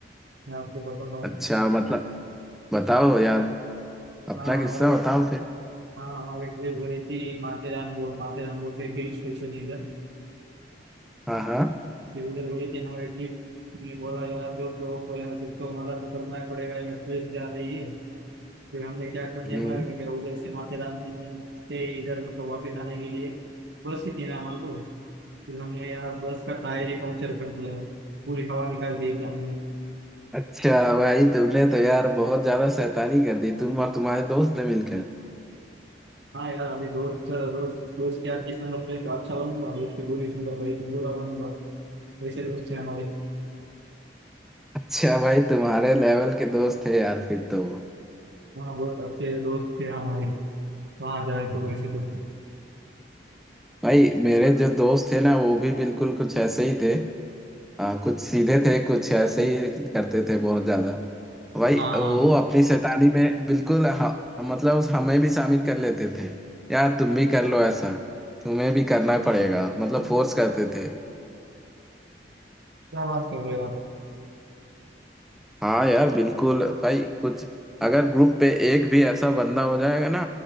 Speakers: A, on the right; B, in the centre.
A: मैं आपको बताता हूँ
B: अच्छा मतलब बताओ यार अपना
A: हाँ हमारे
B: किस्सा बताओ फिर
A: हाँ हमारे ट्रिप गई थी माथेरान बोल माथेरान बोल के हिल स्टेशन है इधर
B: हाँ हाँ
A: फिर उधर गई थी हमारे ट्रिप ने बोला यार दोस्त लोगों को यार ट्रिप को मजा तो करना ही पड़ेगा यार ट्रिप जा रही है फिर हमने क्या कर दिया
B: हम्म
A: हमारे में क्या उधर से माथेरान से इधर मतलब वापस आने के लिए बस ही थी ना हमारे को फिर हमने यार बस का टायर ही पंक्चर कर दिया पूरी हवा निकाल दी थी हमने
B: अच्छा भाई तुमने तो यार बहुत ज्यादा शैतानी कर दी तुम और तुम्हारे दोस्त ने मिलकर
A: हाँ यार अभी दोस्त दोस्त दोस्त के यार किसान बन रहे तो अच्छा बनूंगा दोस्त की गोली सुन रही थी बुरा बनूंगा वैसे दोस्त थे हमारे
B: अच्छा भाई तुम्हारे लेवल के दोस्त थे यार फिर तो
A: हाँ बहुत अच्छे दोस्त थे हमारे वहाँ जाए तो वैसे तो
B: भाई मेरे जो दोस्त थे ना वो भी बिल्कुल कुछ ऐसे ही थे हाँ कुछ सीधे थे कुछ ऐसे ही करते थे बहुत ज्यादा भाई
A: हाँ
B: वो
A: हाँ हाँ
B: अपनी शैतानी में बिल्कुल हाँ, मतलब हमें भी शामिल कर लेते थे यार तुम भी कर लो ऐसा तुम्हें भी करना पड़ेगा मतलब फोर्स करते थे
A: क्या बात कर रहे हो आप
B: हाँ यार बिल्कुल भाई कुछ अगर ग्रुप पे एक भी ऐसा बंदा हो जाएगा ना